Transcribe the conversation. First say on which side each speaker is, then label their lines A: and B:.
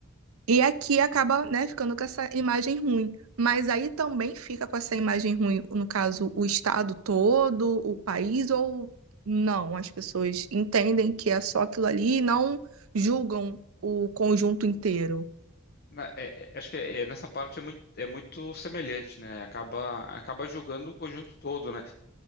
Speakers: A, on the right; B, on the left.
A: e aqui acaba, né, ficando com essa imagem ruim. Mas aí também fica com essa imagem ruim, no caso, o estado todo, o país, ou não? As pessoas entendem que é só aquilo ali e não julgam o conjunto inteiro.
B: Na- é- é- acho que é- é- nessa parte é muito, é muito semelhante, né? Acaba, acaba julgando o conjunto todo, né?